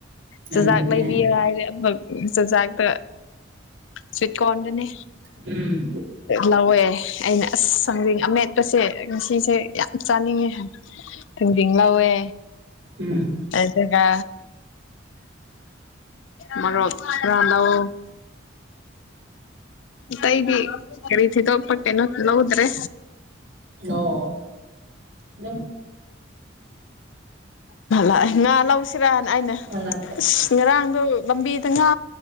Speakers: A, on the left; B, on the right.
A: ꯆꯨꯖꯥꯛ
B: ꯑꯗꯨꯅꯦ
A: ꯂꯩꯕꯤꯑꯣ ꯍꯥꯏꯔꯦ ꯑꯃꯨꯛ ꯆꯨꯖꯥꯛꯇꯣ ꯆꯦꯛꯀꯣꯟꯗꯅꯦ
B: ꯑꯝ
A: ꯂꯧꯋꯦ ꯑꯩꯅ ꯑꯥꯁ ꯊꯥꯡꯖꯤꯡ ꯑꯥꯃꯦꯠꯄꯁꯦ ꯉꯥꯁꯤꯁꯦ ꯌꯥꯝ ꯆꯥꯅꯤꯡꯉꯦ ꯍꯥꯏ ꯈꯥꯖꯤꯡ ꯉꯧꯋꯦ
B: ꯎꯝ
A: ꯑꯗꯨꯒ ꯃꯣꯔꯣꯛ ꯈ꯭ꯔꯥ ꯂꯧ ꯇꯏꯗꯤ ꯀꯔꯤꯁꯤꯗꯣꯄꯇꯦꯅ ꯂꯧꯗ꯭ꯔꯦ
B: ꯑꯣ ꯑꯗꯨꯝ
A: ꯉꯥ ꯂꯥꯛꯑꯦ ꯉꯥ ꯂꯧꯁꯤꯔꯅ ꯑꯩꯅ
B: ꯍꯜꯂꯛꯈ꯭ꯔꯦ
A: ꯉꯔꯥꯡꯗꯣ ꯂꯝꯕꯤꯗ ꯉꯥ